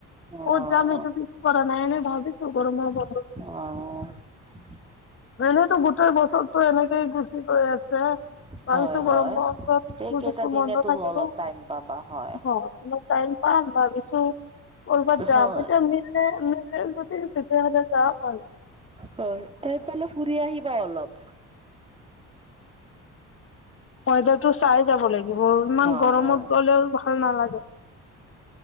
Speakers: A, on the right; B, on the left.
A: অ'
B: কত যাম সেটো ফিক্স কৰা নাই এনে ভাবিছো গৰমৰ বন্ধত
A: অ
B: এনেইতো গোটেই বছৰতটো এনেকেই গুচি গৈ আছে ভৱষ
A: হয়
B: গৰম
A: হয়
B: বন্ুল
A: এইকেইটা
B: ুল
A: দিনেতো
B: মন্দ িব
A: অলপ
B: হয়
A: টাইম পাবা হয়
B: ম মই াইম প ভাবিছো অলবাত যাম
A: হয়
B: ন যেমি ম য তে হাজাৰ যাম ম
A: হয় তাই পালে ফুৰি আহিবা অলপ
B: ৱেডাৰ টো চাই যাব লাগিব ইমান
A: হয়
B: গৰমত
A: হয়
B: গলেও ভাল নালাগে